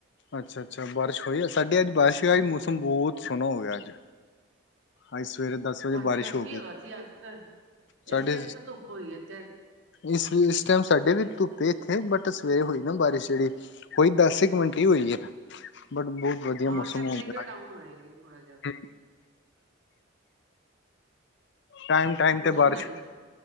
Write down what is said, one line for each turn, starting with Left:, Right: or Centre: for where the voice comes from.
Left: ਅੱਛਾ ਅੱਛਾ ਬਾਰਿਸ਼ ਹੋਈ ਆ ਸਾਡੀੇ ਅੱਜ ਬਾਰਿਸ਼ ਆ ਮੌਸਮ ਬਹੁਤ ਸੋਹਣਾ ਹੋ ਗਿਆ ਅੱਜ ਅੱਜ ਸਵੇਰੇ ਦਸ ਵਜੇ
Right: ਸਾਡੀ
Left: ਬਾਰਿਸ਼
Right: ਰਾਤੀ
Left: ਹੋ ਗਈ
Right: ਹੈਗਾ ਸੀ ਅੱਜ ਤਾਂ
Left: ਸਾਡੇ
Right: ਇਸ ਟਾਈਮ ਤਾਂ ਧੁੱਪ ਹੋਈ ਹੈ ਤੇ
Left: ਇਸ ਇਸ ਟਾਈਮ ਸਾਡੇ ਵੀ ਧੁੱਪ ਇੱਥੇ ਬਟ ਸਵੇਰੇ ਹੋਈ ਨਾ ਬਾਰਿਸ਼ ਜਿਹੜੀ ਹੋਈ ਦਸ ਇਕ ਮਿੰਟ ਹੋਈ ਹੈ ਬਟ, ਬਹੁਤ ਵਧੀਆ
Right: ਹਾਂ
Left: ਮੌਸਮ
Right: ਟੈਂਪਰੇਚਰ
Left: ਹੋ ਗਿਆ ਅੱਜ
Right: ਡਾਊਨ ਹੋਇਆ ਲੇਕਿਨ ਥੋੜਾ ਜਿਹਾ।
Left: ਟਾਈਮ ਟਾਈਮ
Right: ਹੋਰ
Left: ਤੇ
Right: ਸੁਣਾਓ
Left: ਬਾਰਿਸ਼